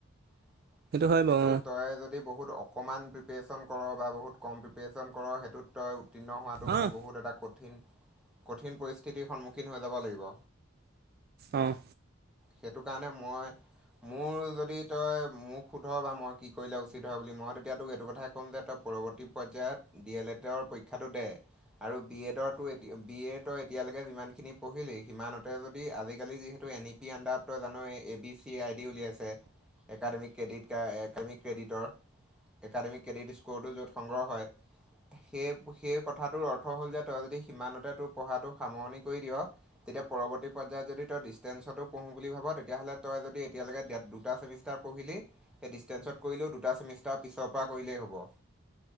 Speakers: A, in the centre; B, on the right.
A: <inaudible>
B: হয়
A: সেইটো
B: বাৰু
A: তই যদি বহুত অকণমান পিপিয়েচন কৰ বা বহুত কম পিপিয়েচণ কৰ সেইটোত তই উত্তীৰ্ণ হোৱাটো মানে
B: অঁ
A: বহুত এটা কঠিন কঠিন পৰিস্থিতিৰ সন্মুখীন হৈ যাব লাগিব।
B: অ
A: সেইটো কাৰণে মই মোৰ যদি তই মোক শোধ বা মই কি কৰিলে উচিত হয় বুলি মই তেতিয়াতোক এইটো কথাই ক'ম যে তই পৰৱৰ্তী পৰ্যায়ত ডি এল এডৰ পৰীক্ষাটো দে আৰু বি এডৰো এতিয়া বি এডৰ এতিয়ালৈকে যিমানখিনি পঢ়িলি সিমানতে যদি আজিকালি যিহেতু এন ই পি আণ্ডাৰত তই জানই এই A B C C I D উলিয়াইছে একাডেমিক ক্ৰেডিট একাডেমিক ক্ৰেডিটৰ একাডেমিক ক্ৰেডিট স্ক'ৰটো য'ত সংগ্ৰহ হয় সেই সেই কথাটোৰ অৰ্থ হ'ল যে তই যদি সিমানতে তোৰ পঢ়াটো সামৰণি কৰি দিয় তেতিয়া পৰৱৰ্তী পৰ্যায়ত যদি তই ডিষ্টেঞ্চতো পঢ়ো বুলি ভাব তেতিয়াহলে তই যদি এতিয়ালৈকে ডেট দুটা চেমিষ্টাৰ পঢ়িলি সেই ডিষ্টেঞ্চত কৰিলেও দুটা চেমিষ্টাৰ পিছৰ পৰা কৰিলেই হ'ব